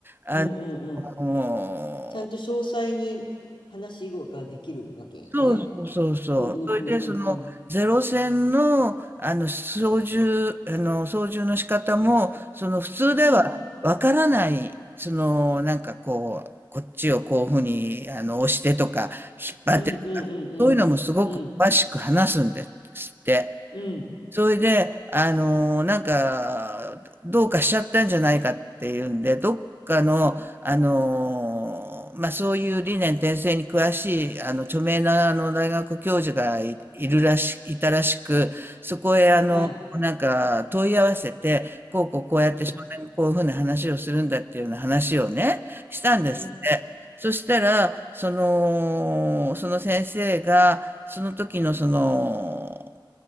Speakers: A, on the right (about 25°); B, on the left (about 85°).
A: あ
B: うん、うん、
A: の、
B: ちゃんと詳細に話ができるわけね。
A: そうそうそうそう。
B: うんうん
A: それで、その、
B: うんうん。
A: ゼロ戦の、あの、操縦、あの、操縦の仕方も、その、普通ではわからない、
B: うん
A: その、なんかこう、こっちをこういうふうに、あの、押してとか、引っ張ってとか、
B: うんうんうんうん。
A: そういうのもすごく詳しく話すんですって。
B: うん。うん
A: それで、あの、なんか、どうかしちゃったんじゃないかっていうんで、どっかの、あの、まあ、そういう理念転生に詳しい、あの、著名な、あの、大学教授がい、いるらし、いたらしく、そこへ、あの、
B: はい。
A: なんか、問い合わせて、こうこうこうやって少年がこういうふうな話をするんだっていうような話をね、
B: うん。
A: したんですって。
B: うん。
A: そしたら、その、その先生が、その時のその、